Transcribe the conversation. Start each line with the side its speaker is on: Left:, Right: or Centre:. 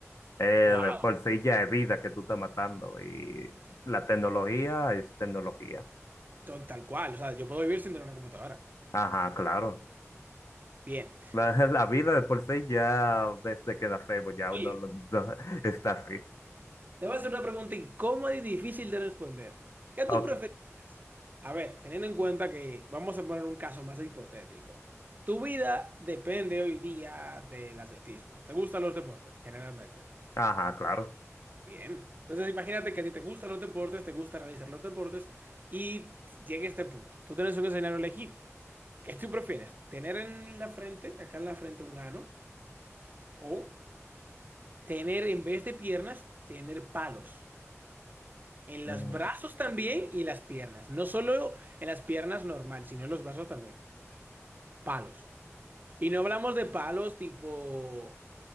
Left: eh,
Right: wow.
Left: de por sí ya es vida que tú estás matando y la tecnología es tecnología.
Right: to- Tal cual, o sea, yo puedo vivir sin tener una computadora.
Left: Ajá, claro.
Right: Bien.
Left: La, <laughs> la vida de por sí ya desde que nacemos ya
Right: Oye,
Left: uno lo- <laughs> lo- está así.
Right: te voy a hacer una pregunta incómoda y difícil de responder. ¿Qué
Left: O-
Right: tú preferirías? A ver, teniendo en cuenta que vamos a poner un caso más hipotético. Tu vida depende hoy día del atletismo. ¿Te gustan los deportes, generalmente?
Left: ajá, claro.
Right: Bien. Entonces, imagínate que a ti te gustan los deportes, te gusta realizar los deportes y llega este punto. Tú tienes un escenario a elegir. ¿Qué tú prefieres? ¿Tener en la frente, acá en la frente, un ano o Tener en vez de piernas, tener palos. En
Left: Mm.
Right: los brazos también y en las piernas. No solo en las piernas normal, sino en los brazos también. Palos. Y no hablamos de palos tipo,